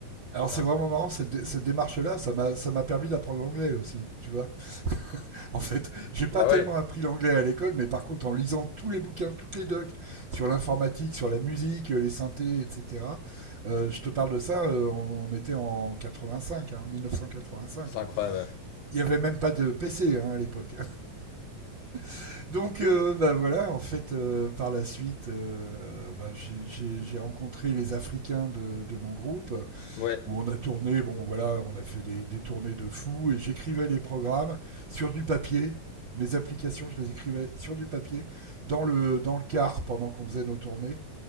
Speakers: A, on the right (about 55°); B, on the left (about 80°).
A: Alors
B: c'est
A: c'est
B: un-
A: vraiment marrant cette, dé- cette démarche-là. Ça m'a, ça m'a permis d'apprendre l'anglais aussi, tu vois. <laughs> En fait, j'ai pas
B: Bah
A: tellement
B: ouais,
A: appris l'anglais à l'école, mais par contre, en lisant tous les bouquins, toutes les docs sur l'informatique, sur la musique, euh, les synthés, etc. euh, je te parle de ça, euh, on était en 85, hein, 1985.
B: c'est incroyable.
A: Il y avait même pas de PC hein, à l'époque. <laughs> Donc, euh, bah voilà, en fait, euh, par la suite, euh, bah, j'ai- j'ai rencontré les Africains de, de mon groupe
B: Ouais, ouais,
A: où on a tourné, bon voilà, on a fait des, des tournées de fous, et j'écrivais les programmes sur du papier. Mes applications, je les écrivais sur du papier, dans le, dans le car pendant qu'on faisait nos tournées.